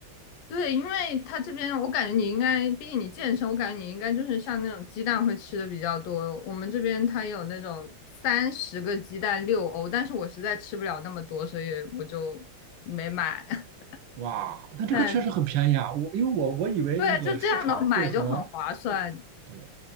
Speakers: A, on the left; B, on the right.
A: 对，因为他这边我感觉你应该，毕竟你健身，我感觉你应该就是像那种鸡蛋会吃的比较多。我们这边它有那种三十个鸡蛋六欧，但是我实在吃不了那么多，所以我就没买。<laughs>
B: 哇，那这个确实很便宜啊！
A: 但
B: 我因为我我以为那个市场会和
A: 对，就这样的买就很划算。
B: 对